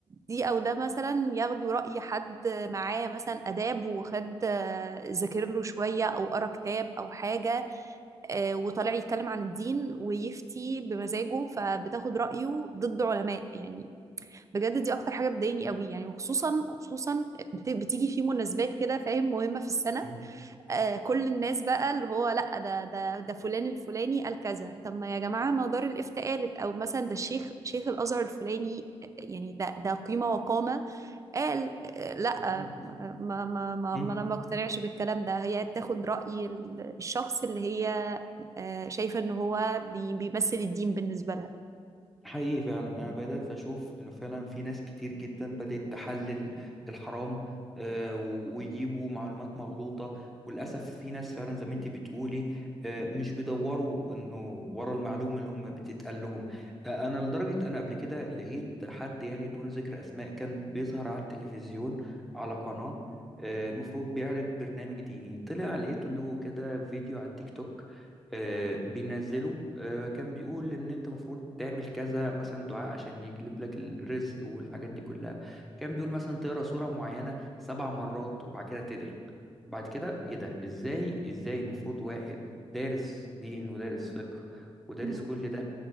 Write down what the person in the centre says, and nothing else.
مم.
أكيد
مم.
حقيقي فعلا أنا بدأت أشوف إنه فعلا في ناس كتير جدا بدأت تحلل الحرام آه، و- ويجيبوا معلومات مغلوطة وللأسف في ناس فعلا زي ما أنت بتقولي آه، مش بيدوروا إنه ورا المعلومة اللي هم بتتقال لهم آه، أنا لدرجة أنا قبل كده لقيت حد يعني دون ذكر أسماء كان بيظهر على التلفزيون على قناة آه، المفروض بيعرض برنامج ديني طلع لقيت له كده فيديو على التيك توك آه، بينزله آه، كان بيقول ان انت المفروض تعمل كذا مثلا دعاء عشان يجلب لك الرزق والحاجات دي كلها كان بيقول مثلا تقرا سورة معينة سبع مرات وبعد كده تدعي بعد كده ايه ده ازاي ازاي المفروض واحد دارس دين ودارس فقه ودارس
كل ده